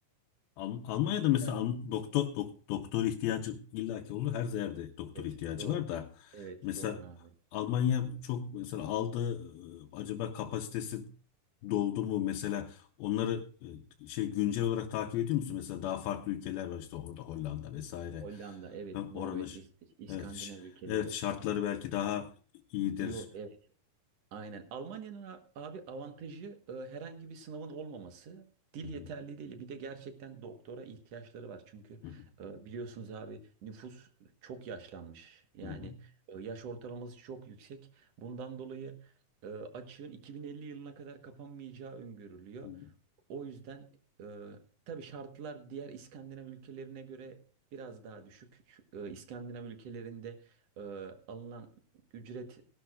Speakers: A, on the left; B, on the right.
A: Al- Almanya'da mesela
B: Biraz
A: Alm- doktor dok- doktor ihtiyacı illaki oldu. Her yerde doktor
B: evet
A: ihtiyacı
B: doğru.
A: var da
B: Evet
A: mesela
B: doğru abi.
A: Almanya çok mesela aldı e, acaba kapasitesi doldu mu mesela onları e, şey güncel olarak takip ediyor musun? Mesela daha farklı ülkeler var işte orada Hollanda vesaire.
B: Hollanda, evet,
A: Ha,
B: Norveç,
A: Oranın ş-
B: İsveç, İskandinav
A: evet ş-
B: ülkeleri.
A: evet şartları belki daha iyidir.
B: İyi, o- evet. Aynen. Almanya'nın a- abi avantajı e, herhangi bir sınavın olmaması. Dil
A: Hı hı,
B: yeterli değil. Bir de gerçekten doktora ihtiyaçları var. Çünkü
A: hı
B: e, biliyorsunuz abi nüfus çok yaşlanmış. Yani
A: hı,
B: e, yaş ortalaması çok yüksek. Bundan dolayı e, açığın 2050 yılına kadar kapanmayacağı öngörülüyor.
A: hı hı, hı hı,
B: O yüzden e, tabii şartlar diğer İskandinav ülkelerine göre biraz daha düşük. Şu- e, İskandinav ülkelerinde e, alınan ücret